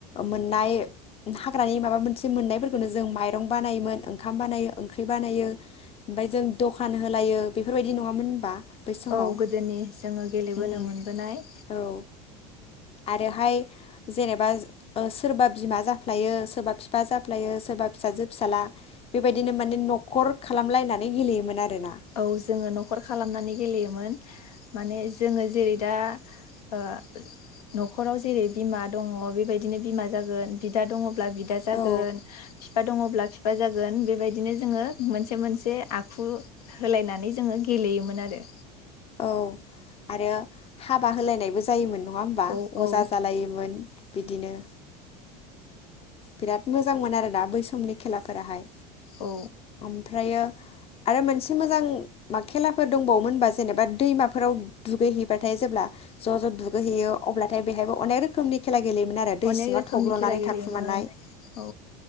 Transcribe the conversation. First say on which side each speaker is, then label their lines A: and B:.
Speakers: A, on the left; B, on the left.
A: मोननाय हाग्रानि माबा मोनसे मोननायफोरखौनो जों माइरं बानायोमोन ओंखाम बानायो ओंख्रि बानायो ओमफ्राय जों दखान होलायो बेफोरबायदि नङामोन होनबा बै समाव
B: औ गोदोनि जोङो गेलेबोनो
A: उम
B: मोनबोनाय
A: औ आरोहाय जेनेबा सोरबा बिमा जाफ्लायो सोरबा बिफा जाफ्लायो सोरबा फिसाजो फिसााजला बेबायदिनो माने नखर खालामलाय नानै गेलयोमोन आरो ना
B: औ जोङो नखर खालामनानै गेलेयोमोन माने जोङो दा ओ नखराव जेरै बिमा दङ बेबायदिनो बिमा जागोन बिदा दङ ब्ला बिदा जागोन
A: औ
B: फिफा दङब्ला जागोन बेबायदिनो जोङो मोनसे मोनसे आखु होलायनानै जोङो गेलेयोमोन आरो
A: औ आरो हाबा होलायनायबो जायोमोन नङा होमबा
B: औ औ
A: अजा जालायोमोन बिदिनो बिराद मोजांमोन आरोना बै समनि खेलाफोराहाय
B: औ
A: ओमफ्रायो आरो मोनसे मोजां मा खेलाफोर दंबावोमोनबा जेनेबा दैमाफोराव दुगैहैबाथाय जेब्ला ज' ज' दुगैहैयो अब्लाथाय बेहायबो अनेक रोखोमनि खेला गेलेयोमोन आरो दै
B: अनेक
A: सिङाव
B: रोखोमनि
A: थब्ल'नानै
B: खेला गेलेयोमोन
A: थाखुमानाय
B: औ